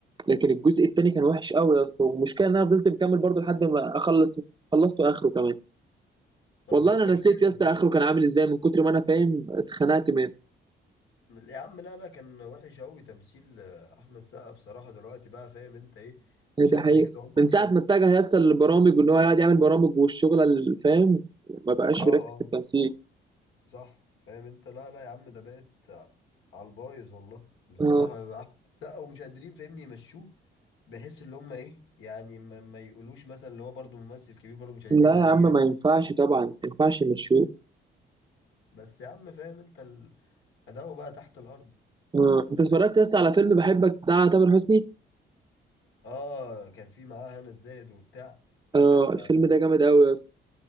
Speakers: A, on the right; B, on the left.
A: لكن الجزء التاني كان وحش قوي يا اسطى والمشكله ان انا فضلت مكمل برضه لحد ما اخلص خلصته اخره كمان
B: ما
A: والله
B: انا بقول
A: انا
B: لك
A: نسيت
B: لا يعني
A: يا اسطى
B: فاهم؟
A: اخره كان عامل ازاي من كتر ما انا فاهم اتخنقت منه
B: يا عم لا لا كان وحش قوي تمثيل آه، احمد سقا بصراحه دلوقتي بقى فاهم انت ايه
A: هي
B: مش
A: دي
B: قد
A: حقيقه
B: كده هم
A: من
B: مش
A: ساعه
B: قد
A: ما اتجه يا اسطى للبرامج وان هو يقعد يعمل برامج والشغله اللي فاهم ما بقاش
B: اه
A: بيركز
B: اه
A: في التمثيل
B: صح فاهم انت لا لا يا عم ده بقت على البايظ والله بصراحة
A: آه.
B: بقى أحمد السقا ومش قادرين فاهمني يمشوه بحيث اللي هم ايه يعني ما, ما يقولوش مثلا اللي هو برضه ممثل كبير برضه مش عايزين
A: لا
B: عليه
A: يا عم
B: يعني
A: ما ينفعش طبعا ما ينفعش نشوف
B: بس يا عم فاهم انت ال- اداؤه بقى تحت الارض
A: آه، انت اتفرجت يا اسطى على فيلم بحبك بتاع تامر حسني
B: اه كان في معاه هنا الزاهد وبتاع
A: اه
B: آه
A: الفيلم ده جامد قوي يا اسطى